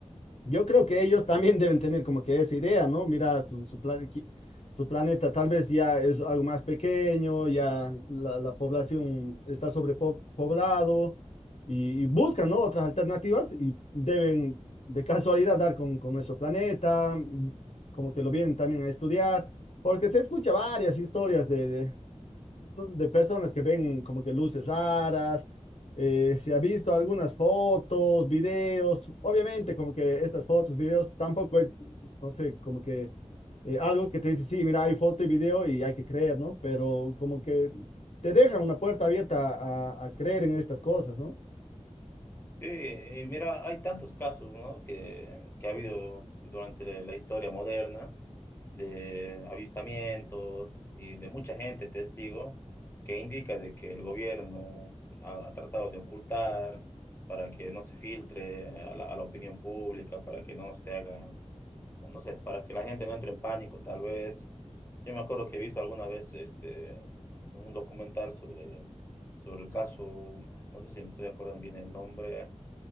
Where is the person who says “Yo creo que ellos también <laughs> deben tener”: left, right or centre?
Left